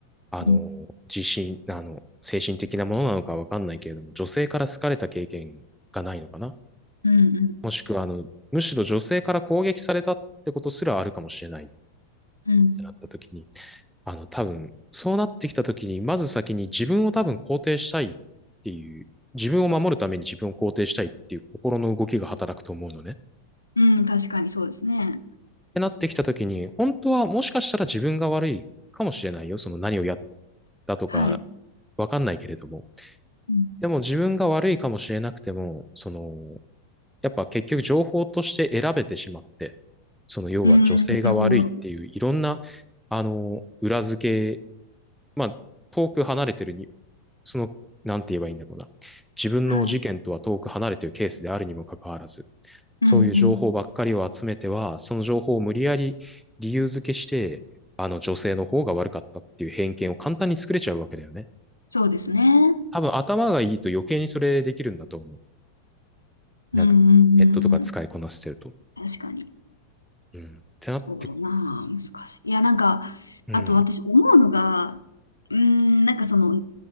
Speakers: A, in the centre; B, on the left.
A: あの、
B: うん
A: 自信、あの、精神的なものなのかわかんないけれども、女性から好かれた経験がないのかな。
B: うん
A: もしくは、あの、むしろ女性から攻撃されたってことすらあるかもしれないっ
B: うんうん。
A: てなった時に、あの、多分、そうなってきた時に、まず先に自分を多分肯定したいっていう、自分を守るために自分を肯定したいっていう心の動きが働くと思うのね。っ
B: うん、確かにそうですね。
A: てなってきた時に、本当はもしかしたら自分が悪いかもしれないよ。その何をやったとか、
B: はい。
A: わかんないけれども。
B: うん、
A: でも自分が悪いかもしれなくても、その、やっぱ結局情報として選べてしまって、その要は女性が悪いっていういろんな、
B: うん、なるほど。
A: あの、裏付け、まあ、遠く離れてるに、その、なんて言えばいいんだろうな。自分の事件とは遠く離れてるケースであるにもかかわらず、
B: はい。うんうん。
A: そういう情報ばっかりを集めては、その情報を無理やり理由付けして、あの女性の方が悪かったっていう偏見を簡単に作れちゃうわけだよね。
B: そうですね。
A: 多分頭がいいと余計にそれできるんだと思う。なんか、
B: うんうんうんうん。
A: ネットとか使いこなしてると。
B: 確かに。
A: うん。ってなって、
B: そうだなあ、難しい。いや、なんか、
A: うん。
B: あと私思うのが、うーん、なんかその、